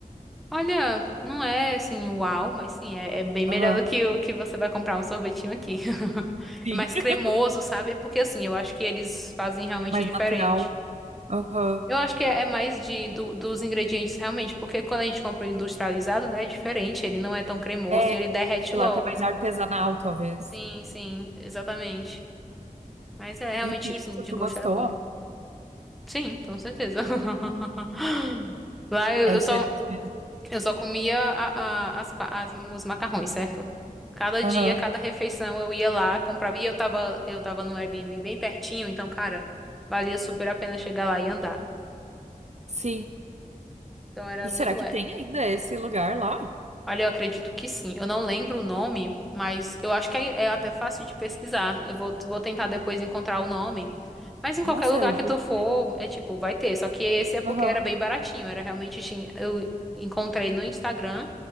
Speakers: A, in the centre; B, on the right.
A: Olha, não é assim, uau, mas sim, é, é bem melhor
B: Aham,
A: do que o que você vai comprar um sorvetinho aqui. <laughs>
B: sim.
A: É mais cremoso,
B: <laughs>
A: sabe? É porque assim, eu acho que eles fazem realmente
B: Mais
A: diferente.
B: natural. Aham.
A: Eu acho que é é mais de, do- dos ingredientes realmente, porque quando a gente compra o industrializado, né, é diferente, ele não é tão cremoso
B: É,
A: e ele
B: o
A: derrete
B: gelato
A: logo.
B: é mais artesanal, talvez.
A: Sim, sim, exatamente. Mas é realmente
B: E pizza,
A: assim, de
B: tu
A: gosto
B: gostou?
A: era bom. Sim, com certeza. <laughs> Lá eu,
B: É
A: eu
B: diferente
A: só
B: mesmo.
A: eu só comia a- a- as, pa- as- os macarrões, certo? Cada
B: Aham,
A: dia, cada refeição eu ia lá, comprava e eu tava eu tava no Airbnb bem pertinho, então, cara, valia super a pena chegar lá e andar.
B: sim.
A: Então era
B: E
A: muito
B: será
A: bom.
B: que tem ainda esse lugar lá?
A: Olha, eu acredito que sim. Eu não lembro o nome, mas eu acho que é, é até fácil de pesquisar. Eu vou, vou tentar depois encontrar o nome. Mas em
B: Nossa,
A: qualquer lugar
B: eu
A: que
B: vou
A: tu
B: querer.
A: for, é tipo, vai ter. Só que esse é porque
B: Aham.
A: era bem baratinho. Era realmente. tinha- Eu encontrei no Instagram